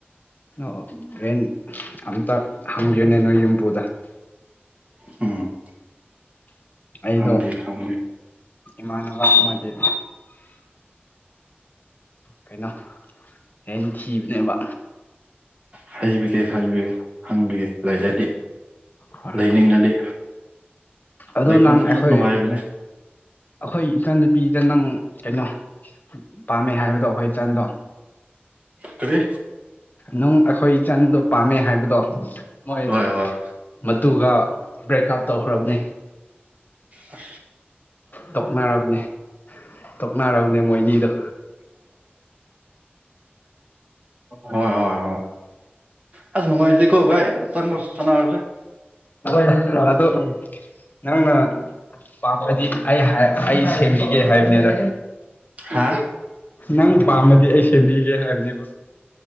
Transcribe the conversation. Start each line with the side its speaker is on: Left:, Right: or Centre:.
Left: ꯑꯣ ꯔꯦꯟꯠ ꯑꯝꯇ ꯍꯪꯕꯤꯌꯨꯅꯦ ꯅꯣꯏ ꯌꯨꯝꯕꯨꯗ
Right: ꯎꯝ
Left: ꯑꯩꯗꯣ
Right: ꯈꯪꯕꯤ ꯈꯪꯕꯤ
Left: ꯏꯃꯥꯟꯅꯕ ꯑꯃꯒꯤ ꯀꯩꯅꯣ ꯔꯦꯟꯠ ꯊꯤꯕꯅꯦꯕ
Right: ꯍꯩꯕꯤꯒꯦ ꯍꯥꯏꯕꯒꯦ ꯍꯪꯕꯤꯒꯦ ꯂꯩꯔꯗꯤ
Left: ꯍꯣꯏ
Right: ꯂꯩꯅꯤꯡꯉꯗꯤ
Left: ꯑꯗꯣ
Right: ꯂꯩꯐꯝꯗꯤ
Left: ꯅꯪ ꯑꯈꯣꯏ
Right: ꯌꯥꯝ ꯅꯨꯡꯉꯥꯏꯕꯅꯦ
Left: ꯑꯈꯣꯏ ꯏꯆꯟ ꯅꯨꯨꯄꯤꯗ ꯅꯪ ꯀꯩꯅꯣ ꯄꯥꯝꯃꯦ ꯍꯥꯏꯕꯗꯣ ꯑꯩꯈꯣꯏ ꯏꯆꯟꯗꯣ
Right: ꯀꯔꯤ
Left: ꯅꯪ ꯑꯈꯣꯏ ꯏꯆꯟꯗ ꯄꯥꯝꯃꯦ ꯍꯥꯏꯕꯗꯣ ꯃꯣꯏ
Right: ꯍꯣꯏ ꯍꯣꯏ
Left: ꯃꯇꯨꯒ ꯕ꯭ꯔꯦꯛꯑꯞ ꯇꯧꯈ꯭ꯔꯕꯅꯤ
Right: ꯑꯁ
Left: ꯇꯣꯛꯅꯔꯕꯅꯦ ꯇꯣꯛꯅꯔꯕ ꯈꯪꯗꯦ ꯃꯣꯏꯅꯤꯗꯨ
Right: ꯍꯣꯏ ꯍꯣꯏ ꯍꯣꯏ ꯑꯁ ꯅꯨꯡꯉꯥꯏꯇꯦꯀꯣ ꯚꯥꯏ ꯆꯪꯉꯣ ꯁꯥꯟꯅꯔꯁꯦ
Left: <inaudible> <unintelligible> ꯑꯗꯨ ꯅꯪꯅ ꯄꯥꯝꯃꯒꯗꯤ ꯑꯩ ꯑꯩ ꯁꯦꯝꯕꯤꯒꯦ ꯍꯥꯏꯕꯅꯤꯗ
Right: ꯍꯥ
Left: ꯅꯪ ꯄꯥꯝꯃꯗꯤ ꯑꯩ ꯁꯦꯝꯕꯤꯒꯦ ꯍꯥꯏꯕꯅꯦꯕ